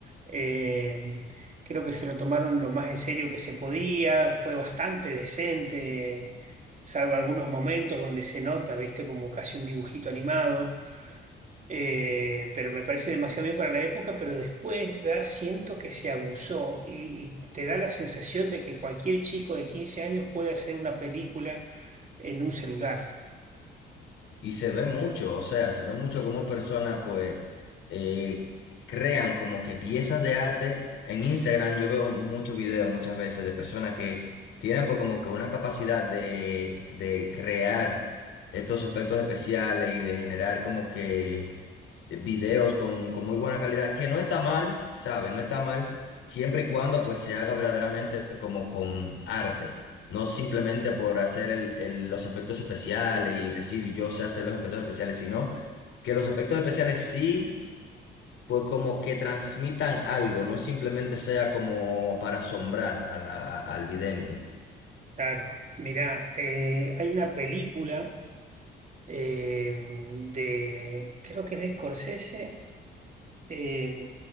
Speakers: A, on the right; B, on the left.
A: eh, creo que se lo tomaron lo más en serio que se podía, fue bastante decente, salvo algunos momentos donde se nota, viste, como casi un dibujito animado eh, pero me parece demasiado bien para la época, pero después ya siento que se abusó y, y te da la sensación de que cualquier chico de 15 años puede hacer una película en un celular.
B: Y se ve mucho, o sea, se ve mucho cómo personas pues eh, crean como que piezas de arte. En Instagram yo veo muchos videos muchas veces de personas que tienen pues como que una capacidad de, de crear estos efectos especiales y de generar como que eh, videos con, con muy buena calidad, que no está mal, ¿sabes? No está mal, siempre y cuando pues se haga verdaderamente como con arte, no simplemente por hacer el- el- los efectos especiales y decir yo sé hacer los efectos especiales, sino que los efectos especiales sí, pues como que transmitan algo, no simplemente sea como para asombrar a la- al vidente.
A: Claro, mirá, eh, hay una película eh, de, creo que es de Scorsese, eh,